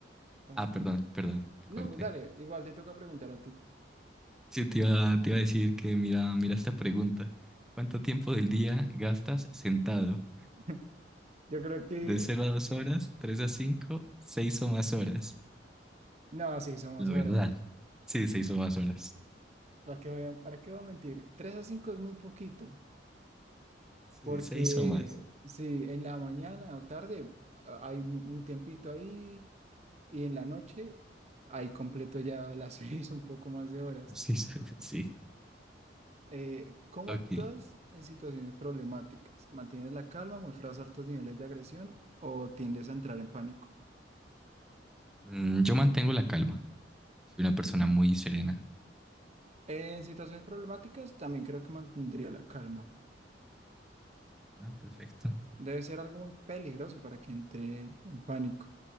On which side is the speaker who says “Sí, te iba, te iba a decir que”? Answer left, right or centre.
Centre